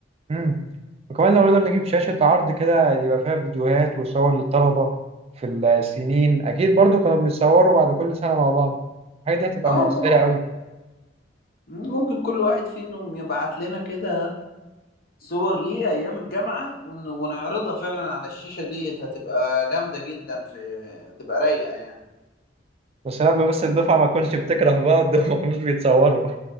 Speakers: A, on the right; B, on the left.
A: امم وكمان لو نقدر نجيب شاشة عرض كده يبقى فيها فيديوهات وصور للطلبة في السنين أكيد برضو كانوا بيتصوروا بعد كل سنة مع بعض الحاجة دي هتبقى
B: اه
A: مؤثرة
B: ممكن
A: أوي
B: ممكن كل واحد فيهم يبعت لنا كده صور ليه أيام الجامعة ون- ونعرضها فعلا على الشاشة ديت هتبقى جامدة جدا في هتبقى رايقة يعني
A: بس لما بس الدفعة ما تكونش بتكره بعض <laughs> وما كانوش بيتصوروا